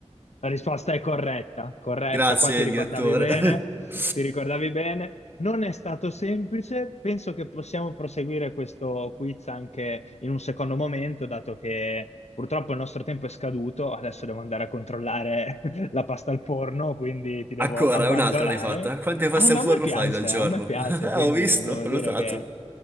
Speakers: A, on the left; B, on the right.
A: La risposta è corretta, corretta,
B: Grazie,
A: qua ti ricordavi
B: direttore.
A: bene,
B: <laughs>
A: ti ricordavi bene. Non è stato semplice, penso che possiamo proseguire questo quiz anche in un secondo momento, dato che purtroppo il nostro tempo è scaduto, adesso devo andare a controllare <laughs> la pasta al forno, quindi ti devo
B: Ancora,
A: abbandonare.
B: un'altra ne hai fatta. Quante paste
A: Eh, ma
B: al
A: a
B: forno
A: me piace,
B: fai dal giorno?
A: a me piace,
B: <laughs>
A: quindi
B: Ho visto,
A: devo
B: ho
A: dire
B: notato.
A: che